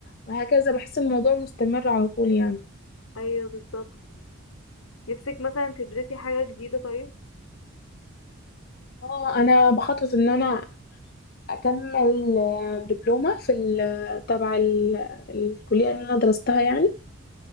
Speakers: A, on the left (about 45°); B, on the left (about 75°).
A: وهكذا بحس الموضوع مستمر على طول يعني
B: ايوه بالظبط نفسك مثلا تدرسي حاجه جديده طيب
A: اه انا بخطط ان انا اكمل آه، دبلومه في ال- آه، تبع ال- الكليه اللي انا درستها يعني